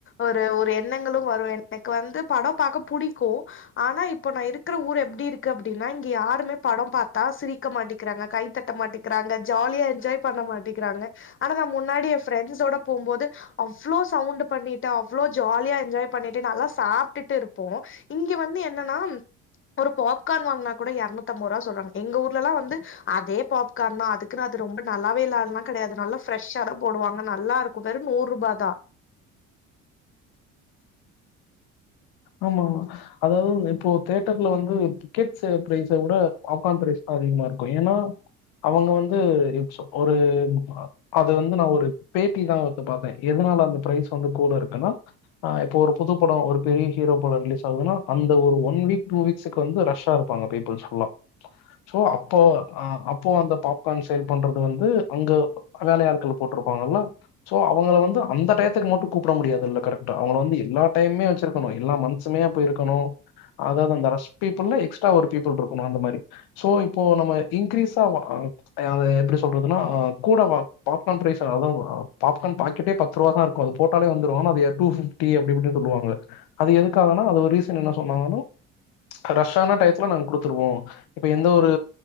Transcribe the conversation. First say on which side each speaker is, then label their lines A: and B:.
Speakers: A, on the left; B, on the left.
A: ஒரு ஒரு எண்ணங்களு வரு எனக்கு வந்து படொ பாக்க புடிக்கு ஆனா இப்ப நா இருக்குற ஊர் எப்டி இருக்கு அப்டின்னா இங்க யாருமே படோ பாத்தா சிரி ரிக்க மாட்டிக்கிறாங்க கைத்தட்ட மாட்டிக்கிறாங்க ஜாலியா என்ஜாய் பண்ண மாட்டிக்கிறாங்க ஆனா நா முன்னாடி ஏ ஃப்ரெண்ட்ஸஸோட போம்போது அவ்ளோ சவுண்ட் பண்ணிட்டு அவ்ளோ ஜாலியா என்ஜாய் பண்ணிட்டு நல்லா சாப்ட்டுட்டு இருப்போ இங்க வந்து என்னன்னா ஒரு பாப்கார்ன் வாங்குனா கூட எரநூத்தம்பதுருபா சொல்றாங்க எங்க ஊர்ல எல்லா வந்து அதே பாப்கார்ன் தா அது இருக்குனாது ரொம்ப நல்லாவே இல்ல அதுல்லா கெடயாது நல்லா ஃப்ரெஷ்ஷா தா போடுவாங்க நல்லா இருக்கு வெறு நூற்ருபா தா
B: ஆமா அதாவது இப்போ தேட்டர்ல வந்து டிகெட்ஸ் ப்ரைஸ வுட பாப்கார்ன் ப்ரைஸ் அதிகமா இருக்கு ஏனா அவங்க வந்து ரிச் ஒரு அது வந்து நா ஒரு பேட்டி தா ஒடுக்க பாத்த எதுனால அந்த ப்ரைஸ் வந்து கூட இருக்குன்னா ஆ இப்ப ஒரு புது படோ ஒரு பெரிய ஹீரோ படோ ரிலீஸ் ஆகுதுனா அந்த ஒரு வொன் வீக் டூ வீக்ஸ்க்கு வந்து ரஷ் ஆ இருப்பாங்க பீபிள்ஸ் ஃபுல்லா சோ அப்போ அ அப்போ அந்த பாப்கார்ன் சேல் பண்றது வந்து அங்க அ வேலையாட்கள போட்ருப்பாங்கல்ல சோ அவங்கள வந்து அந்த டைத்துக்கு மட்டு கூப்புட முடியாதுல கரக்ட் அவங்கள வந்து எல்லா டைம்மே வெச்சிரு கணு எல்லாம் மன்த்சுமே போய் இருக்கணு அதாவது அந்த ரஷ் பீபிள்ல எக்ஸ்ட்ரா ஒரு பீபுள் இருக்கணு அந்த மாரி சோ இப்போ நம்ம இன்கிரீஸா ஆ அ அத எப்பிடி சொல்றதுன்னா அ கூட வா பாப்கார்ன் ப்ரைச அ அத பாப்கார்ன் பாக்கெட்டே ப த்துருவா தா இருக்கு அது போட்டாலே வந்துரு ஆனா அது டூ ப்ஃபிட்டி அப்பிடி இப்பிடின் சொல்லுவாங்க அது எதுக்காகன்னா அது ஒரு ரீசன் என்ன சொன்னாங்கன்னா ரஷ்ஷான டைத்துல நாங்க குடுத்துருவோ இப்ப எந்த ஒரு